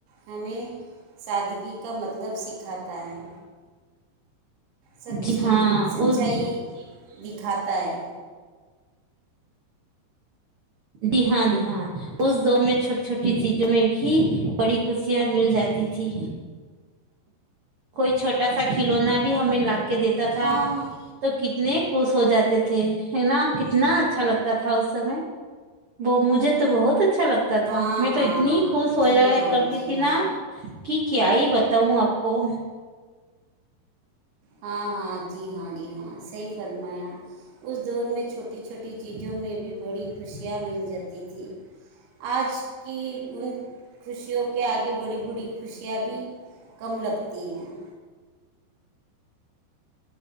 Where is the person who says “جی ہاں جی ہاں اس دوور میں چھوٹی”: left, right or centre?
Right